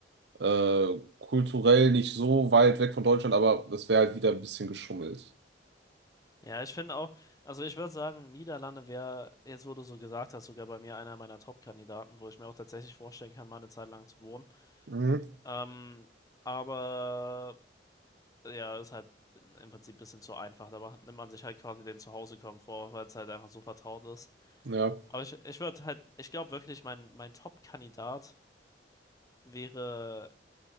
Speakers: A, on the right; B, on the left.
A: Äh, kulturell nicht so weit weg von Deutschland, aber das wäre halt wieder ein bisschen geschummelt.
B: Ja, ich finde auch, also ich würde sagen, Niederlande wäre, jetzt wo du so gesagt hast, sogar bei mir einer meiner Top-Kandidaten, wo ich mir auch tatsächlich vorstellen kann, mal eine Zeit lang zu wohnen.
A: Mhm.
B: Ähm, aber ja, ist halt im Prinzip ein bisschen zu einfach. Da macht, nimmt man sich halt quasi den Zuhause-Komfort, weil es halt einfach so vertraut ist.
A: Ja,
B: Aber ich, ich würde halt, ich glaube wirklich, mein, mein Top-Kandidat wäre,